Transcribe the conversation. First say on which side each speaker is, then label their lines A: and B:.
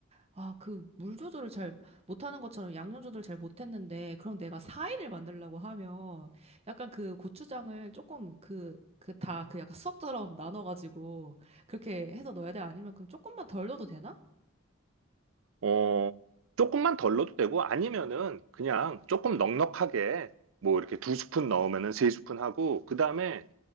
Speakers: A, on the right; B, on the right.
A: 아, 그 물 조절을 잘 못하는 것처럼 양념 조절 잘 못했는데, 그럼 내가 사이를 만들려고 하면, 약간 그 고추장을 조금 그, 그 다 그 약간 수학처럼 나눠가지고, 그렇게 해서 넣어야 돼? 아니면 그럼 조금만 덜 넣어도 되나?
B: 어, 조금만 덜 넣어도 되고 아니면은 그냥 조금 넉넉하게 뭐 이렇게 두 스푼 넣으면은 세 스푼 하고 그다음에